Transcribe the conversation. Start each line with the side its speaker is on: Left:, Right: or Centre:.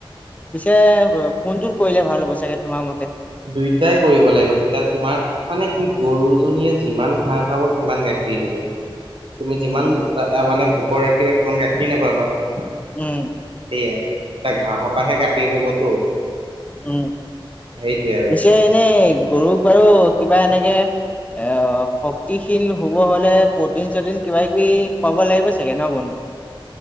Left: পিছে কোনটোত কৰিলে ভাল হ'ব চাগে তোমাৰ মতে?
Right: দুইটাই কৰিব লাগিব তেতিয়া তোমাৰ মানে কি গৰুজনীয়ে যিমান ঘাঁ খাব সিমান গাখীৰ দি দিব। তুমি যিমান
Left: উম।
Right: মানে ভোকৰ ৰাখিবা সিমান গাখীৰ নাপাবা সেইয়াই
Left: উম,
Right: তাৰ ঘাঁহৰ পৰাহে গাখীৰ হবতো।
Left: উম,
Right: সেইটোৱে আৰু
Left: পিছে এনেই গৰু বাৰু কিবা এনেকে অ, শক্তিশীল হব হলে প্ৰটিন-চটিন কিবা-কিবি, পাব লাগিব চাগে ন বন্ধু?